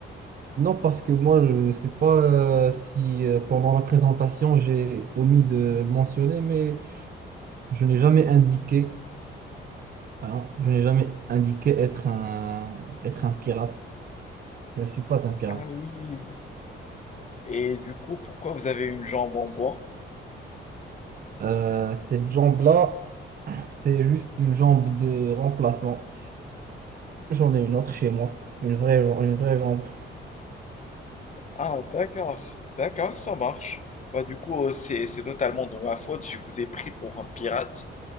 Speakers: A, on the right; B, on the left.
A: non, parce que moi, je ne sais pas euh, si euh, pendant la présentation, j'ai omis de le mentionner, mais je n'ai jamais indiqué Hein, je n'ai jamais indiqué être un, être un pirate. Je ne suis pas un pirate.
B: Ah oui. Et du coup, pourquoi vous avez une jambe en bois?
A: Euh, cette jambe-là, c'est juste une jambe de remplacement. J'en ai une autre chez moi. Une vraie, jam- une vraie jambe.
B: Ah, d'accord, d'accord, ça marche. Bah, du coup, euh, c'est, c'est totalement de ma faute. Je vous ai pris pour un pirate.